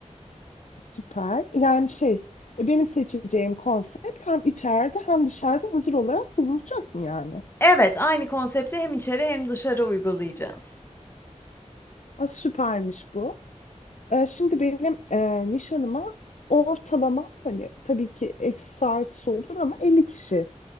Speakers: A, on the left; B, on the left.
A: Süper. Yani şey, e, benim seçeceğim konsept hem içeride hem dışarıda hazır olarak bulunacak mı yani?
B: Evet, aynı konsepti hem içeri hem dışarı uygulayacağız.
A: Aa, süpermiş bu. E, şimdi benim e, nişanıma ortalama hani tabii ki eksi artısı olur ama 50 kişi